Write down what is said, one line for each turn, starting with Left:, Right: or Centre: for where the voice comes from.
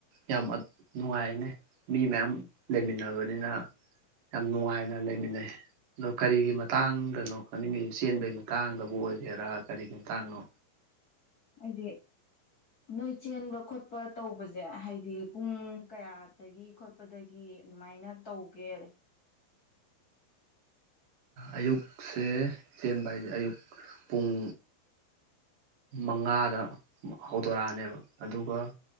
Right: ꯌꯥꯝ ꯑ ꯅꯨꯡꯉꯥꯏꯅꯤ ꯃꯤ ꯃꯌꯥꯝ ꯂꯩꯃꯤꯟꯅꯕꯅꯤꯅ ꯌꯥꯝ ꯅꯨꯡꯉꯥꯏꯅ ꯂꯩꯃꯤꯟꯅꯩ ꯑꯗꯣ ꯀꯔꯤꯒꯤ ꯃꯇꯥꯡꯗꯅꯣ ꯈꯪꯅꯤꯡꯉꯤꯗꯨ ꯆꯦꯟꯕꯒꯤ ꯃꯇꯥꯡꯗꯕꯨ ꯑꯣꯏꯒꯦꯔꯥ ꯀꯔꯤꯒꯤ ꯃꯇꯥꯡꯅꯣ
Left: ꯍꯥꯏꯗꯤ ꯅꯣꯏ ꯆꯦꯟꯕ ꯈꯣꯠꯄ ꯇꯧꯕꯖꯦ ꯍꯥꯏꯗꯤ ꯄꯨꯡ ꯀꯌꯥꯗꯒꯤ ꯈꯣꯠꯄꯗꯒꯤ ꯑꯗꯨꯃꯥꯏꯅ ꯇꯧꯒꯦ
Right: ꯑꯌꯨꯛꯁꯦ ꯆꯦꯟꯕ ꯍꯥꯏꯁꯦ ꯑꯌꯨꯛ ꯄꯨꯡ ꯃꯉꯥꯗ ꯍꯧꯗꯣꯔꯛ ꯑꯅꯦꯕ ꯑꯗꯨꯒ